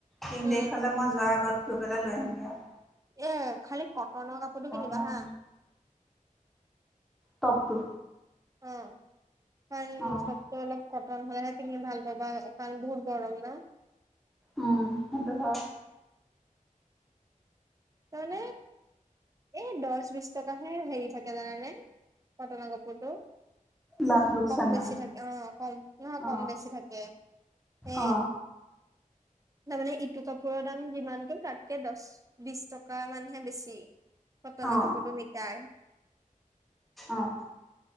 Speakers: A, in the centre; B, on the right (about 25°).
A: তিন
B: উম
A: তাৰিখলে মই যোৱাৰ আগত গৈ পেলাই লৈ আহিমগে আও।
B: এ খালি কটনৰ কাপোৰটো কিনিবা
A: মন
B: হা।
A: টপটো
B: অ কাৰণ
A: অ'।
B: টপতো অলপ কটন হলেহে পিন্ধি ভাল পাবা, কাৰণ বহুত গৰম ন।
A: উম, সেইটো হয়।
B: তাৰমানে এই দহ বিশ টকাহে হেৰি থাকে জানানে? কটনৰ কাপোৰটো
A: লাভ লোকচান
B: কম বেছি
A: মানে
B: থাকে অ', কম নহয়
A: অ
B: কম বেছি থাকে। এ
A: অ
B: তাৰমানে ইটো কাপোৰৰ দাম যিমানটো তাতকে দহ, বিশ টকা কা মানহে বেছি কটনৰ
A: অ
B: কাপোৰটো মিটাৰ।
A: অঁ!